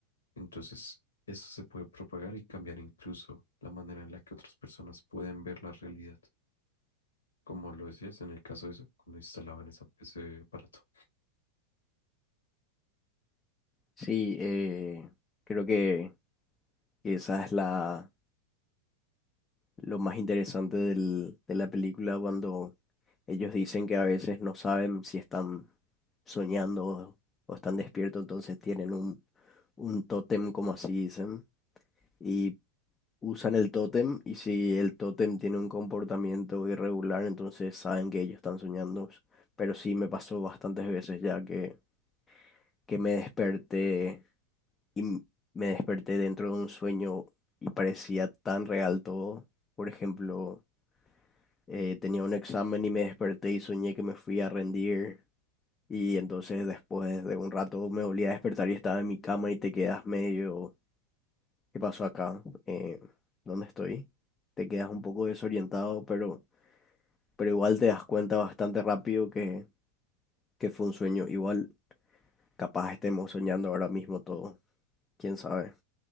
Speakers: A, on the left; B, on the left.
A: Entonces, eso se puede propagar y cambiar incluso la manera en la que otras personas pueden ver la realidad, como lo decías en el caso de eso, cuando instalaban esa, ese aparato.
B: Sí, eh, creo que esa es la lo más interesante del- de la película cuando ellos dicen que a veces no saben si están soñando o, o están despiertos, entonces tienen un, un tótem, como así dicen, y usan el tótem y si el tótem tiene un comportamiento irregular, entonces saben que ellos están soñando. Pero sí me pasó bastantes veces ya que, que me desperté y m- me desperté dentro de un sueño y parecía tan real todo. Por ejemplo, eh, tenía un examen y me desperté y soñé que me fui a rendir. Y entonces después de un rato me volví a despertar y estaba en mi cama y te quedas medio, ¿qué pasó acá? Eh, ¿dónde estoy? Te quedas un poco desorientado, pero, pero igual te das cuenta bastante rápido que, que fue un sueño. Igual capaz estemos soñando ahora mismo todo, quién sabe.